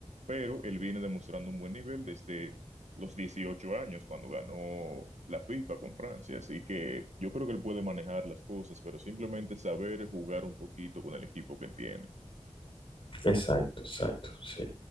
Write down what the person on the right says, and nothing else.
pero él viene demostrando un buen nivel desde los 18 años cuando ganó la FIFA con Francia. Así que yo creo que él puede manejar las cosas, pero simplemente saber jugar un poquito con el equipo que tiene.